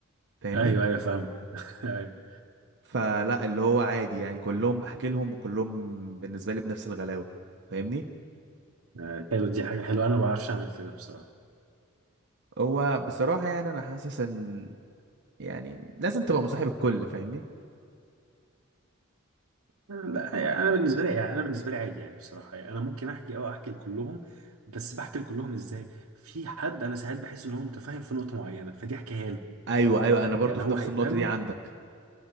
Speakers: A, on the right; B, on the right.
A: فاهمني
B: ايوه ايوه فاهم <laughs> ايوه
A: فلا اللي هو عادي يعني كلهم بحكي لهم وكلهم بالنسبه لي بنفس الغلاوه فاهمني
B: آه، حلو دي حاجة حلوة أنا ما بعرفش أعمل كده بصراحة
A: هو بصراحه يعني انا حاسس ان يعني لازم تبقى مصاحب الكل فاهمني
B: لا يعني أنا بالنسبة لي يعني أنا بالنسبة لي عادي يعني بصراحة يعني أنا ممكن أحكي أه أحكي لكلهم بس بحكي لكلهم إزاي؟ في حد أنا ساعات بحس إن هو متفاهم في نقطة معينة فدي أحكيها له
A: ايوه ايوه انا برضو
B: يعني
A: في
B: هو
A: نفس
B: هيفهمني
A: النقطه دي عندك